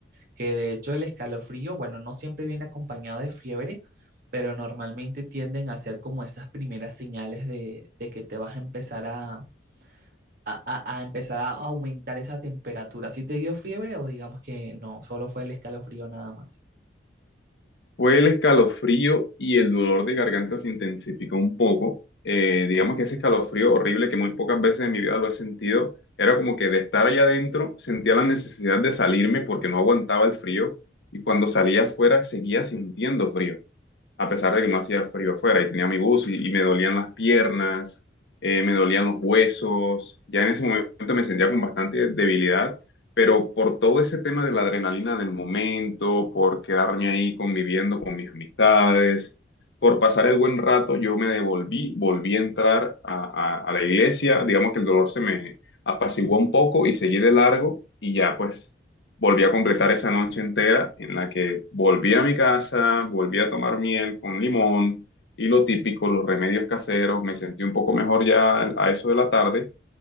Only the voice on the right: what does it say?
Que de hecho el escalofrío, bueno, no siempre viene acompañado de fiebre, pero normalmente tienden a ser como esas primeras señales de, de que te vas a empezar a, a, a- a empezar a aumentar esa temperatura. ¿Si te dio fiebre o digamos que no, solo fue el escalofrío nada más?